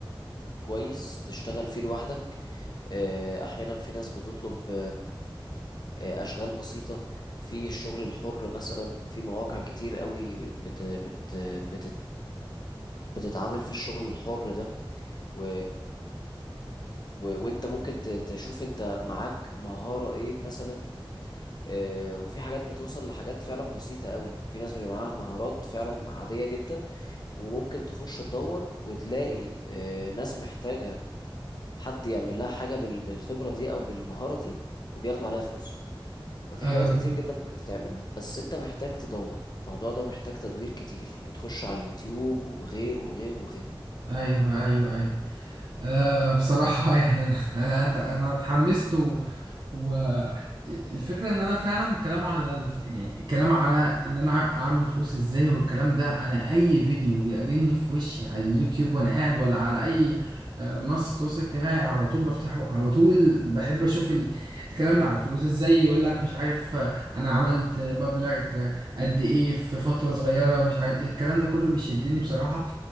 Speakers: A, on the left; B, on the right.
A: كويس تشتغل فيه لوحدك آه، احيانا في ناس بتطلب آه، أشغال بسيطة في الشغل الحر مثلا في مواقع كتير قوي بت بت بتت بتتعامل في الشغل الحر ده و... و... وانت ممكن ت- تشوف انت معاك مهارة ايه مثلا آه، وفي حاجات بتوصل لحاجات فعلا بسيطة قوي في ناس بيبقى معاها مهارات فعلا عادية جدا وممكن تخش تدور وتلاقي آه، ناس محتاجة حد يعمل لها حاجة بال- بالخبرة دي أو بالمهارة دي وبياخدوا عليها فلوس ففي
B: آه،
A: حاجات كتير جدا ممكن تتعمل بس انت محتاج تدور الموضوع ده محتاج تدوير كتير وتخش على اليوتيوب وغيره وغيره وغيره
B: ايوه ايوه ايوه آه بصراحة <laughs> يعني أنا أنا أنا اتحمست و... و الفكرة إن أنا فعلا الكلام على الف... يعني الكلام على إن أنا أعمل فلوس إزاي والكلام ده أنا أي فيديو بيقابلني في وشي على اليوتيوب وأنا قاعد ولا على أي آه، منصة تواصل اجتماعي على طول بفتحه على طول بحب أشوف ال... الكلام اللي على الفلوس إزاي يقول لك مش عارف آه، أنا عملت مبلغ آه، قد إيه في فترة صغيرة مش عارف إيه. الكلام ده كله بيشدني بصراحة